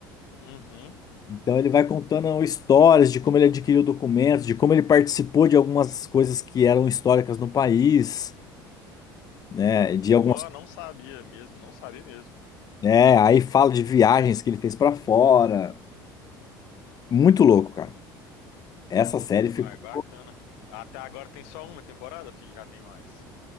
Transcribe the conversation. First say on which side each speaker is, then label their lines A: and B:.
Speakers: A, on the left (about 75°); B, on the left (about 35°).
A: uhum.
B: Então ele vai contando histórias de como ele adquiriu documentos, de como ele participou de algumas coisas que eram históricas no país, né? De
A: Não,
B: algumas,
A: não sabia mesmo, não sabia mesmo.
B: é, aí fala de viagens que ele fez pra fora. Muito louco, cara. Essa série ficou,
A: Uai, bacana. Até agora tem só uma temporada? Sim, Já tem mais.